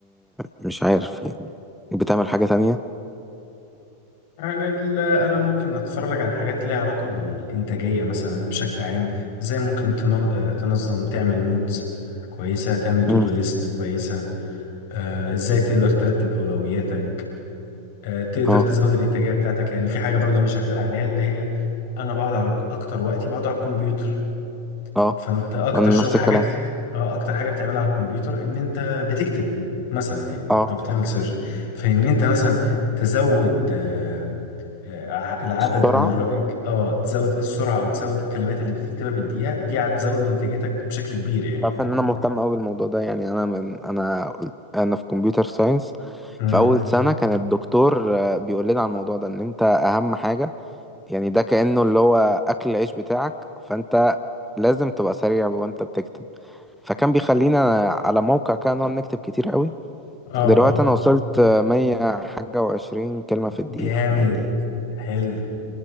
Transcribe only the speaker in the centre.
مش عارف يعني بتعمل حاجة تانية
مم.
اه
اه
أنا
نفس
الكلام
اه
السرعة
تعرف ان انا مهتم قوي بالموضوع ده يعني انا من انا قلت- انا في كمبيوتر ساينس
في اول سنه كان الدكتور آه، بيقول لنا على الموضوع ده ان انت اهم حاجه يعني ده كانه اللي هو اكل العيش بتاعك فانت لازم تبقى سريع وانت بتكتب فكان بيخلينا على موقع كده نقعد نكتب كتير قوي
دلوقتي
انا وصلت آه، مية حاجه وعشرين كلمه في الدقيقه
يعني